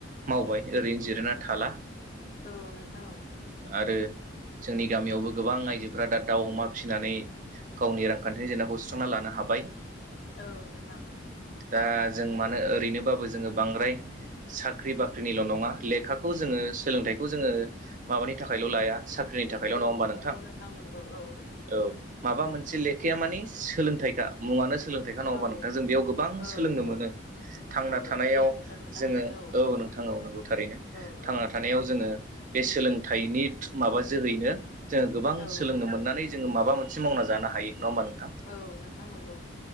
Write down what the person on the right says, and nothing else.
मावबाय ओरैनो जिरायना थाला
आरो जोंनि गामियावबो गोबां आइजोफोरा दा दाउ अमा फिसिनानै गावनि रांखान्थिनि जेंनाखौ सुस्रांना लानो हाबाय
दा जों मानो ओरैनोबाबो जोङो बांद्राय साख्रि बाख्रिनिल' नङा लेखाखौ जों जोङो सोलोंथाइखौ जोङो माबानि थाखायल' लाया साख्रिनि थाखायल' नङा
होनोमबा नोंथां
औ माबा मोनसे लेखाया मानि सोलोंथाइखा मुङानो सोलोंथाइखौ नांगबा
नोंथां जों बेयाव गोबां
सोलोंनो
मोनो थांना
थानायाव
जोङो
औ थांआव नांगौ थारैनो
थांना
थानायाव जोङो बे सोलोंथाइनि माबा जोहैनो जोङो गोबां
सोलोंनो मोननानै जोङो माबा मोनसे मावना जानो हायो नङा होमबा नोंथां